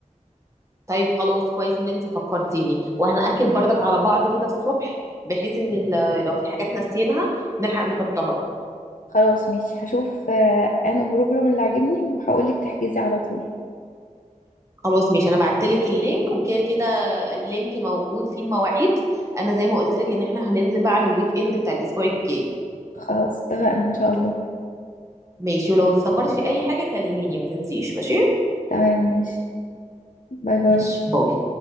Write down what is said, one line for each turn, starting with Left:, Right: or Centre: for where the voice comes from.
Right: طيب خلاص كويس ان انت فكرتيني وهنأكد برضك على بعض كده الصبح بحيث ان ال- لو في حاجات ناسيينها نلحق نحطها
Left: خلاص ماشي هشوف آه، انا بروجرام اللي عاجبني وهقولك تحجزي على طول
Right: خلاص ماشي انا بعتلك اللينك وكده كده اللينك موجود فيه المواعيد انا زي ما قلت لك ان احنا هننزل بقى على الويك اند بتاع الاسبوع الجاي
Left: خلاص اتفقنا ان شاء الله
Right: ماشي ولو افتكرت في اي حاجة كلميني ما تنسيش ماشي
Left: تمام ماشي باي باي
Right: ماشي باي